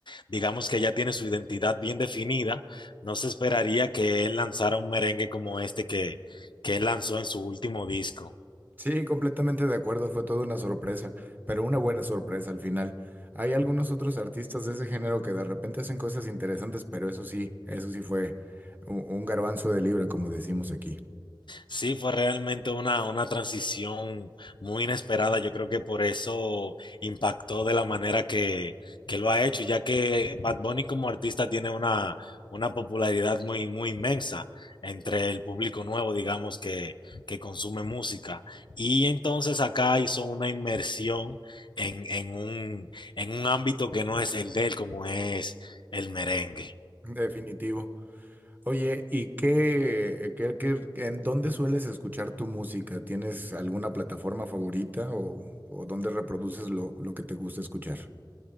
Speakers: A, on the left (about 70°); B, on the right (about 20°).
A: digamos que ya tiene su identidad bien definida, no se esperaría que él lanzara un merengue como este que, que él lanzó en su último disco.
B: Sí, completamente de acuerdo, fue toda una sorpresa, pero una buena sorpresa al final. Hay algunos otros artistas de ese género que de repente hacen cosas interesantes, pero eso sí, eso sí fue un, un garbanzo de libra, como decimos aquí.
A: Sí, fue realmente una, una transición muy inesperada. Yo creo que por eso impactó de la manera que, que lo ha hecho, ya que Bad Bunny como artista tiene una, una popularidad muy, muy inmensa entre el público nuevo, digamos, que, que consume música. Y entonces acá hizo una inmersión en, en un, en un ámbito que no es el de él, como es el merengue.
B: Definitivo. Oye, ¿y qué, qué, qué- en dónde sueles escuchar tu música? ¿Tienes alguna plataforma favorita o, o dónde reproduces lo, lo que te gusta escuchar?